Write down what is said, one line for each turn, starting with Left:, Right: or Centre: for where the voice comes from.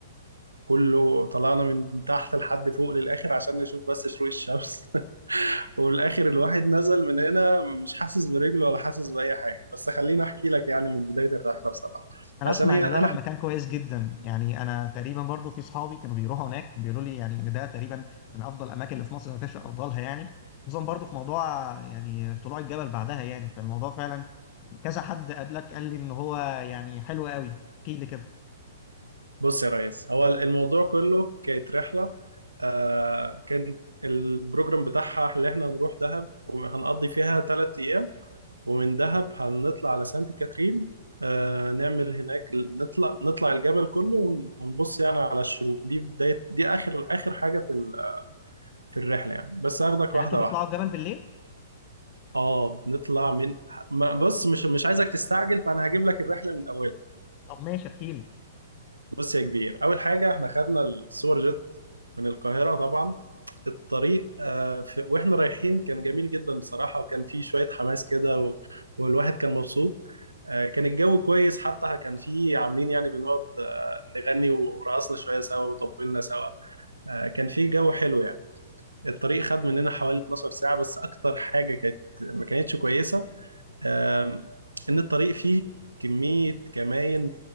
Right: كله طلعنا من تحت لحد فوق للآخر عشان نشوف بس شروق الشمس <laughs> وفي الآخر الواحد نزل من هنا مش حاسس برجله ولا حاسس بأي حاجة بس خليني أحكي لك يعني من بداية الرحلة بصراحة
Left: انا
Right: عشان
Left: اسمع
Right: هي
Left: ان
Right: انا
Left: دهب مكان كويس جدا يعني انا تقريبا برضو في صحابي كانوا بيروحوا هناك بيقولوا لي يعني ان ده تقريبا من افضل الاماكن اللي في مصر ما كانش افضلها يعني خصوصا برضو في موضوع يعني طلوع الجبل بعدها يعني فالموضوع فعلا كذا حد قبلك قال لي ان هو يعني حلو قوي احكي لي كده
Right: بص يا ريس هو الموضوع كله كانت رحلة آه كان البروجرام بتاعها اللي احنا هنروح دهب وهنقضي فيها ثلاث أيام ومن دهب هنطلع على سانت كاترين آه نعمل هناك نطلع نطلع الجبل كله ون- ونبص يعني على الشروق دي بداية دي آخر آخر حاجة في ال- في الرحلة يعني بس هاخدك
Left: يعني
Right: واحدة
Left: انتوا بتطلعوا
Right: واحدة
Left: الجبل بالليل
Right: اه بنطلع من ما- بص مش مش عايزك تستعجل فأنا هجيب لك الرحلة من أولها
Left: طب ماشي احكي لي
Right: بص يا كبير اول حاجه احنا خدنا السوبر جيت من القاهره طبعا الطريق آه، في- واحنا رايحين كان جميل جدا بصراحه وكان فيه شويه حماس كده و- والواحد كان مبسوط آه، كان الجو كويس حتى كان فيه عاملين يعني بنقعد آه، نغني ورقصنا شويه سوا وطبلنا سوا آه، كان فيه جو حلو يعني الطريق خد مننا حوالي 12 ساعة بس أكتر حاجة كانت ما كانتش كويسة آم، إن الطريق فيه كمية كماين